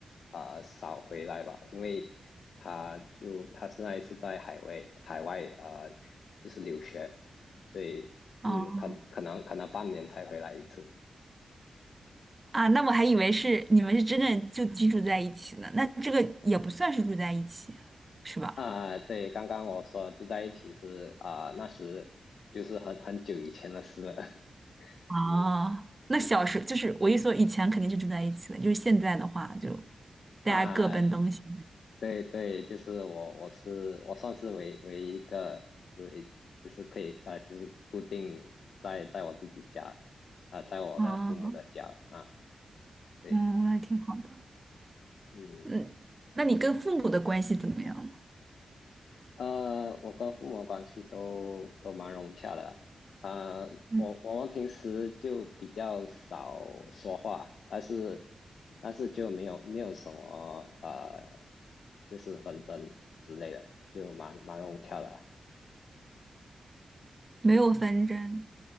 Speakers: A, on the left; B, on the right.
A: 啊少回来吧，因为他就他现在是那一次在海外海外啊呃就是留学，所以嗯可可能可能半年才回来一次。
B: 哦啊，那我还以为是你们是真正就居住在一起呢，那这个也不算是住在一起，是吧？
A: 啊，对，刚刚我说住在一起是啊，那时就是很很久以前的事了。<laughs>
B: 啊，
A: 嗯
B: 那小时就是我一说以前肯定是住在一起的，就是现在的话就大家各奔东西。
A: 啊，对对，就是我，我是我算是唯唯一一个，就是一就是可以呃，就是固定在在我自己家，啊、在我的父母的家啊，
B: 啊，
A: 对，
B: 嗯，那挺好的。
A: 嗯，
B: 嗯，那你跟父母的关系怎么样了？
A: 呃，我跟父母的关系都都蛮融洽的，啊、
B: 嗯，
A: 我我们平时就比较少说话，但是但是就没有没有什么呃，就是纷争之类的，就蛮蛮融洽的啊
B: 没有纷争。
A: 对，